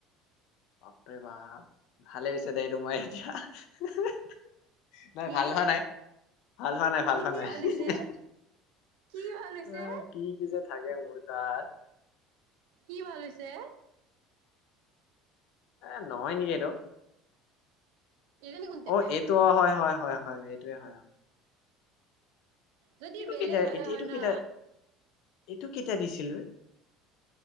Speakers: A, on the left (about 55°); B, on the right (about 75°).
A: বাপৰে বাপ ভালেই হৈছে দে এইটো মই এতিয়া হে হে হে নাই
B: কি
A: ভাল হোৱা নাই ভাল হোৱা নাই ভাল
B: কি
A: হোৱা
B: কি
A: নাই হি
B: হৈছে
A: হি হি
B: কি ভাল হৈছে
A: আ কি কি যে থাকে মানে তাত
B: কি ভাল হৈছে
A: এ নহয় নেকি এইটো
B: এইজনী কোনতে
A: অ এইটো অ হয় হয় হয় হয় এইটোয়ে হয় আৰু
B: যদি বেলেগ
A: কেতিয়া
B: হলে
A: এতিয়া
B: হয়
A: এইটো
B: না
A: কেতিয়া এইটো কেতিয়া দিছিল